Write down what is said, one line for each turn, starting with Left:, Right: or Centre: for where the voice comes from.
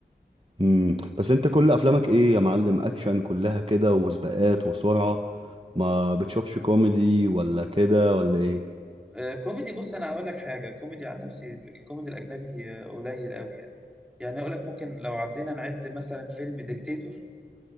Right: مم. بس أنت كل أفلامك إيه يا معلم أكشن كلها كده وسباقات وسرعة ما بتشوفش كوميدي ولا كده ولا إيه
Centre: آه، كوميدي بص انا هقول لك حاجه كوميدي عن نفسي الكوميدي الاجنبي آه، قليل قوي يعني يعني اقول لك ممكن لو عدينا نعد مثلا فيلم ديكتاتور